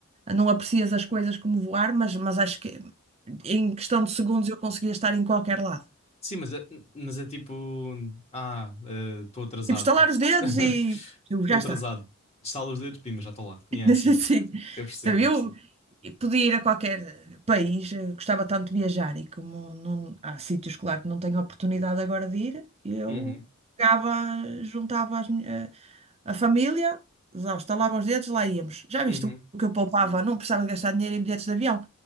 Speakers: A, on the right; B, on the left.
A: não aprecias as coisas como voar, mas, mas acho que em questão de segundos eu conseguia estar em qualquer lado.
B: Sim, mas é, mas é tipo. Ah, estou atrasado.
A: Tipo, estalar os dedos
B: <laughs>
A: e eu,
B: Estou
A: já
B: atrasado.
A: está.
B: Estalo os dedos, pima, já estou lá. E é assim.
A: <laughs> Sim.
B: Eu percebo,
A: Então, eu
B: eu percebo.
A: podia ir a qualquer país, eu gostava tanto de viajar e como não- há sítios, claro, que não tenho oportunidade agora de ir, eu
B: Uhum,
A: pegava, juntava as mi- a, a família, lá estalava os dedos, lá íamos. Já viste
B: uhum.
A: o que eu poupava? Não precisava de gastar dinheiro em bilhetes de avião,